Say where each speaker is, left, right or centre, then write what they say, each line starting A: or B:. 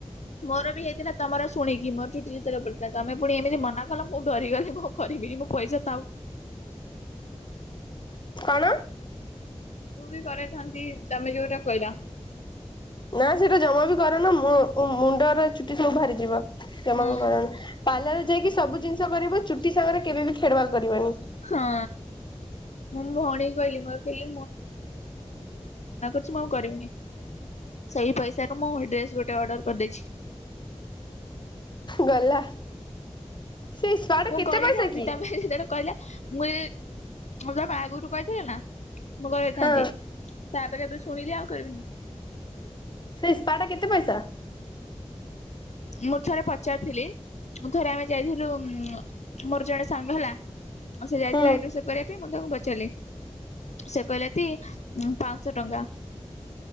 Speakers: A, on the left; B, on the left.
A: ମୋର ବି ହେଇଥିଲା ତମର ଶୁଣିକି ମୋର ଚୁଟି ଚିତରେ ପଡିଥିଲା ତମେ ପୁଣି ଏମିତି ମନା କ ମୁଁ ଡରିଗଲି ମୁଁ କରିବିନି ମୁଁ ପଇସା ଥାଉ
B: କଣ?
A: ମୁଁ ବି କରଇଥାନ୍ତି ତମେ ଯୋଉଟା କହିଲ?
B: ନା ସେଇଟା ଜମା ବି କରନି, ମୁଣ୍ଡର ଚୁଟି ସବୁ ବାହାରିଯିବ। ତମାକୁ
A: ହଁ
B: କର ପାର୍ଲାର ରେ ଯାଇକି ସବୁ ଜିନିଷ କରିବ ଚୁଟି ସାଙ୍ଗରେ କେବେ ବି ଖେଡବାଦ କରିବନି ।
A: ହଁ। ମୁଁ ମୋ ଭଉଣୀ କହିଲି ମୋର କହିଲି କିଛି ମୁଁ କରିବିନି ସେହି ପଇସାରୁ ମୁଁ ଡ୍ରେସ୍ ଗୋଟେ ଅର୍ଡ଼ର କରିଦେଇଛି <inaudible>
B: ଗଲା ସେ ସ୍ପା ଟା
A: ମୁଁ
B: କେତେ
A: କରିଥାନ୍ତି
B: ପଇସା କି?
A: ତମେ ସେତେବେଳେ କହିଲା ମୁଁ ମୁଁ ତା ବା ଗୁରୁ କହଛ ନା <unintelligible> ମୁଁ କରେଇଥାନ୍ତି
B: ହଁ
A: ତାପରେ ଏବେ ଶୁଣିଲି ଆଉ କରିବିନି
B: ସେ ସ୍ପା ଟା କେତେ ପଇସା?
A: ମୁଁ ଥରେ ପଚାରିଥିଲି ମୁଁ ଥରେ ଆମେ ଯାଇଥିଲୁ ମୋର ଜଣେ ସାଙ୍ଗ ହେଲା ସେ ଯାଇଥିଲା
B: ହୁଁ
A: ଆଇବ୍ରୋସେଭ କରିବା ପାଇଁ ମୁଁ ତାଙ୍କୁ ପଚାରିଲି ସେ କହିଲେ ପାଞ୍ଚଶହ ଟଙ୍କା